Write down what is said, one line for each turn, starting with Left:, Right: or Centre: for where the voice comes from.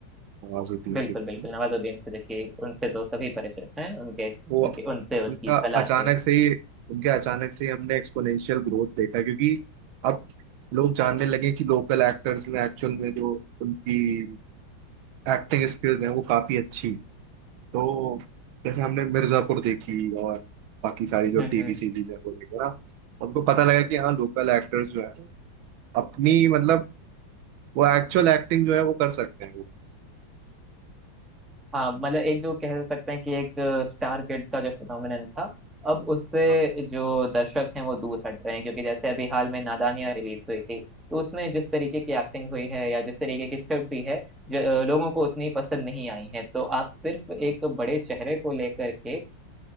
Right: नवाजुद्दीन
Centre: बिल्कुल
Right: सिद्दीकी
Centre: बिल्कुल नवाजुद्दीन सिद्दीकी उनसे तो सभी परिचित हैं उनके उनके
Right: वो
Centre: उनसे
Right: उनका
Centre: उनकी कला
Right: अचानक
Centre: से
Right: से ही उनके अचानक से ही हमने एक्सपोनेंशियल ग्रोथ देखा क्योंकि अब लोग जानने लगे कि लोकल एक्टर्स में एक्चुअल में जो उनकी एक्टिंग स्किल्स हैं वो काफी अच्छी है तो जैसे हमने मिर्जापुर देखी और बाकी सारी जो
Centre: हम्म
Right: टीवी
Centre: हम्म
Right: सीरीज है वो देखा ना उनको पता लगा कि हाँ लोकल एक्टर्स जो है अपनी मतलब वो एक्चुअल एक्टिंग जो है वो कर सकते हैं वो
Centre: हाँ मतलब एक जो कह सकते हैं कि एक स्टार किड्स का जो फिनोमिनन था अब उससे
Right: हाँ
Centre: जो दर्शक हैं वो दूर हट रहे हैं क्योंकि जैसे अभी हाल में नादानियाँ रिलीज हुई थी तो उसमें जिस तरीके की एक्टिंग हुई है या जिस तरीके की स्क्रिप्ट भी है ज, अ, लोगों को उतनी पसंद नहीं आई है तो आप सिर्फ एक बड़े चेहरे को लेकर के अ,